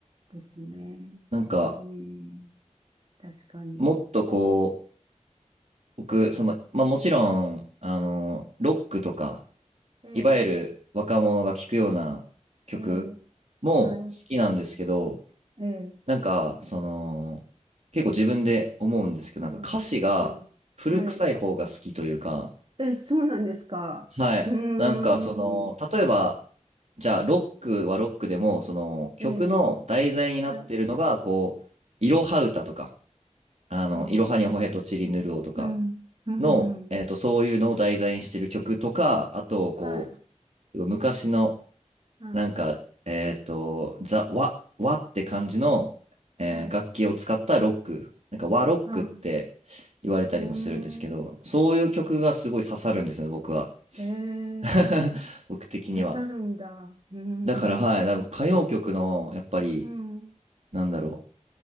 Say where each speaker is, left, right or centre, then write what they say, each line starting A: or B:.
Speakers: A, on the right; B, on the right.
A: うですね。
B: なんか、
A: うん。確かに。
B: もっとこう、僕、その、まあもちろん、あの、ロックとか、
A: ええ、
B: いわゆる若者が聴くような曲
A: ええ、
B: も好きなんですけど、
A: はい、ええ、
B: なんか、その、結構自分で思うんですけど、
A: はい、
B: なんか歌詞が古臭い方が好きというか、
A: ええ、はい。え、そうなんですか。
B: はい。
A: うーん。
B: なんかその、例えば、じゃあロックはロックでも、その曲の題材になってるのが、
A: ええ、はい。
B: こう、いろは歌とか、あの、
A: ああ、
B: いろはにほへとちりぬるおとか
A: はい。うん、うん、
B: の、
A: うん。
B: えっと、そういうのを題材にしてる曲とか、あと、こ
A: はい、
B: う、昔の、
A: はい、
B: なんか、えっと、ザ・ワ、ワって感じの、えー楽器を使ったロック、
A: はい、
B: なんか和ロックって
A: はい。
B: 言われたりもするんですけど、
A: うーん。
B: そういう曲がすごい刺さるんですね、僕は。
A: ええ、
B: <laughs> 僕的には。
A: 刺さるんだ。うーん、
B: だからはい、多分歌謡曲のやっぱり
A: うん、
B: なんだろ